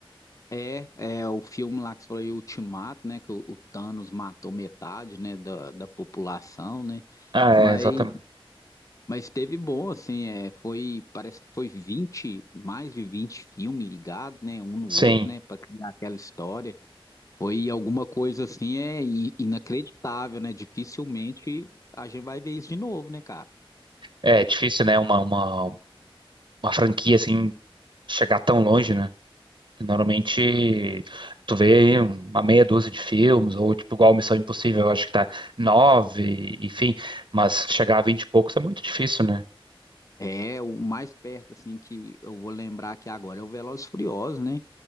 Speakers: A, on the left; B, on the right.
A: É, é o filme lá que você falou, aí, Ultimato, né? Que o, o Thanos matou metade, né, da, da população, né?
B: Ah,
A: Mas
B: é, exatamente.
A: Mas teve bom, assim, é, foi, parece que foi 20 mais de 20 filmes ligados, né, um no
B: Sim.
A: outro, né, para criar aquela história. Foi alguma coisa, assim, é i- inacreditável, né, dificilmente a gente vai ver isso de novo, né, cara?
B: É difícil, né? Uma, uma, uma franquia, assim, chegar tão longe, né? Que normalmente tu vê aí uma meia dúzia de filmes, ou tipo, igual Missão Impossível, eu acho que tá nove, enfim, mas chegar a vinte e poucos é muito difícil, né?
A: É, o mais perto, assim, que eu vou lembrar aqui agora é o Velozes e Furiosos, né,